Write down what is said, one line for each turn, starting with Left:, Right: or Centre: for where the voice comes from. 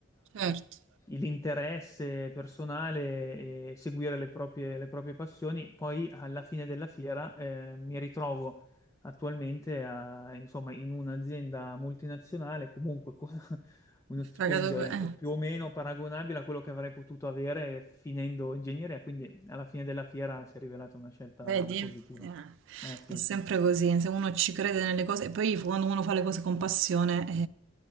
Right: certo.
Left: l'interesse personale e seguire le proprie, le proprie passioni. Poi alla fine della fiera eh, mi ritrovo attualmente a- insomma, in un'azienda multinazionale, comunque con <laughs> uno stipendio
Right: Pagato per-
Left: adesso
Right: eh,
Left: più o meno paragonabile a quello che avrei potuto avere finendo ingegneria, quindi alla fine della fiera si è rivelata una scelta
Right: vedi?
Left: positiva.
Right: Eh,
Left: Eh sì,
Right: è sempre
Left: sì,
Right: così, se uno ci crede nelle cose, e poi quando uno fa le cose con passione